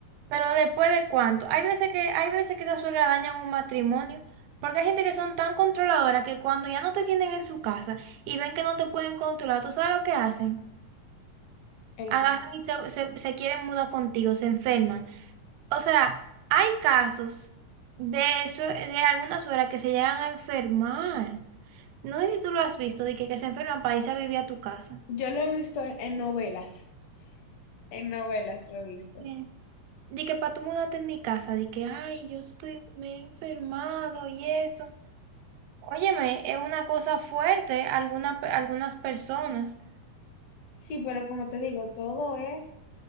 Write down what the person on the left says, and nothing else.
El
que
yo lo he visto en, en novelas, en novelas lo he visto.
Sí, pero como te digo, todo es